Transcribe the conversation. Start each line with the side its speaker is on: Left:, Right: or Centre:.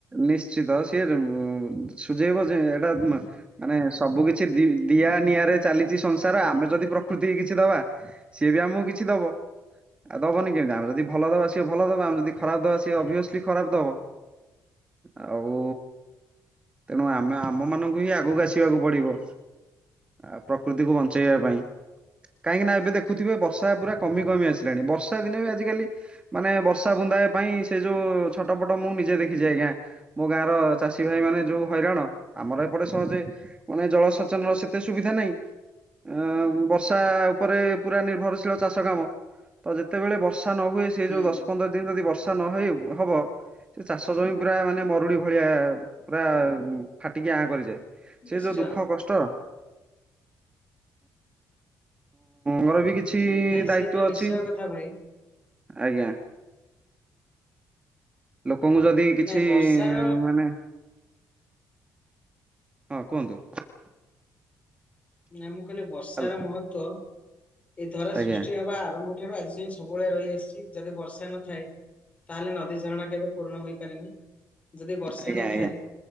Right: ନିଶ୍ଚିତ ସିଏ ସୁଝେଇବ ଯେ ଏଟା ମାନେ ସବୁ କିଛି ଦି ଦିଆ ନିଆରେ ଚାଲିଛି ସଂସାର ଆମେ ଯଦି ପ୍ରକୃତି କି କିଛି ଦବା ସିଏ ବି ଆମକୁ କିଛି ଦବ। ଆଉ ଦବନି କେମିତି ଆମେ ଯଦି ଭଲ ଦବା ସିଏ ଭଲ ଦବ ଆମ ଯଦି ଖରାପ ଦବା ସେ ଅଭିଅସଲି ଖରାପ ଦବ। ଆଉ ତେଣୁ ଆମେ ଆମ ମାନଙ୍କୁ ହିଁ ଆଗକୁ ଆସିବାକୁ ପଡିବ। ଆ ପ୍ରକୃତିକୁ ବଞ୍ଚେଇବା ପାଇଁ। କାହିଁକି ନା ଏବେ ଦେଖୁଥିବେ ବର୍ଷା ପୁରା କମି -କମି ଆସିଲାଣି, ବର୍ଷା ଦିନେ ବି ଆଜିକାଲି ମାନେ ବର୍ଷା ବୁନ୍ଦାଏ ପାଇଁ ସେ ଯୋଉ ଛଟ ପଟ ମୁଁ ନିଜେ ଦେଖିଛି ଆଜ୍ଞା। ମୋ ଗାଁ ର ଚାଷୀ ଭାଇ ମାନେ ଯୋଉ ହଇରାଣ ଆମର ଏପଟେ ସହଜେ ମାନେ ଜଳସେଚନର ସେତେ ସୁବିଧା ନାହିଁ। ଆଁ ବର୍ଷା ଉପରେ ପୁରା ନିର୍ଭରଶୀଳ ଚାଷ କାମ। ତ ଯେତେବେଳେ ବର୍ଷା ନ ହୁଏ ସେ
Left: ହୁଁ
Right: ଯୋଉ ଦଶ ପନ୍ଦର ଦିନ ଯଦି ବର୍ଷା ନହଇ ହବ, ସେ ଚାଷ ଜମି ପୁରା ମାନେ ମରୁଡି ଭଳିଆ ପୁରା ଫାଟିକି ଆଁ କରିଯାଏ, ସେ
Left: ନିଶ୍ଚୟ
Right: ଯୋଉ ଦୁଃଖ କଷ୍ଟ ମୋର ବି
Left: ହୁଁ,
Right: କିଛି
Left: ନାଇଁ
Right: ଦାୟିତ୍ବ
Left: ସେ ତ ନିଶ୍ଚୟ
Right: ଅଛି,
Left: କଥା ଭାଇ
Right: ଆଜ୍ଞା। ଲୋକଙ୍କୁ ଯଦି କିଛି
Left: ନାଇଁ ବର୍ଷାର
Right: ମାନେ ହଁ କୁହନ୍ତୁ।
Left: ନା ମୁଁ କହିଲି ବର୍ଷାର
Right: ହାଲୋ
Left: ମହତ୍ବ ଏ ଧରା
Right: ଆଜ୍ଞା
Left: ସୃଷ୍ଟି ହବା ଆରମ୍ଭ ଆଜି ଯାଇଁ ସବୁବେଳେ ରହି ଆସିଛି, ଯଦି ବର୍ଷା ନଥାଏ ତାହେଲେ ନଦୀ ଝରଣା କେବେ ପୂରଣ ହୋଇ ପାରେନି, ଯଦି ବର୍ଷା
Right: ଆଜ୍ଞା
Left: ନଥାଏ
Right: ଆଜ୍ଞା